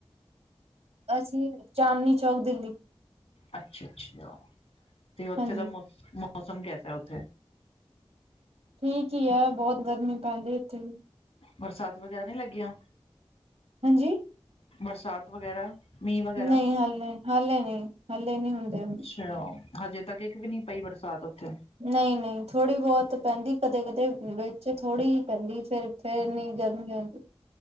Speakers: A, on the right; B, on the left.
A: ਅਸੀਂ ਚਾਂਦਨੀ ਚੌਕ ਦਿੱਲੀ
B: ਅੱਛਾ, ਅੱਛਾ ਤੇ ਉੱਥੇ
A: ਹਾਂਜੀ
B: ਦਾ ਮੌਸਮ ਕੈਸਾ ਉੱਥੇ
A: ਠੀਕ ਹੀ ਹੈ ਬਹੁਤ ਗਰਮੀ ਪੈਂਦੀ ਇੱਥੇ ਵੀ
B: ਬਰਸਾਤ ਵਗੈਰਾ ਨਹੀਂ ਲੱਗੀਆਂ?
A: ਹਾਂਜੀ
B: ਬਰਸਾਤ ਵਗੈਰਾ ਮੀਂਹ ਵਗੈਰਾ
A: ਨਹੀਂ ਹਾਲੇ ਹਾਲੇ ਨਹੀਂ ਹਾਲੇ ਨਹੀਂ ਹੁੰਦੇ ਉਹ
B: ਤੇ ਉਹ ਹਜੇ ਤੱਕ ਇੱਕ ਵੀ ਨੀ ਪਈ ਬਰਸਾਤ ਉੱਥੇ
A: ਨਹੀਂ ਨਹੀਂ ਥੋੜ੍ਹੀ ਬਹੁਤ ਪੈਂਦੀ ਕਦੇ ਕਦੇ ਵਿੱਚ ਥੋੜ੍ਹੀ ਹੀ ਪੈਂਦੀ ਫਿਰ ਫਿਰ ਇੰਨੀ ਗਰਮੀ ਹੁੰਦੀ।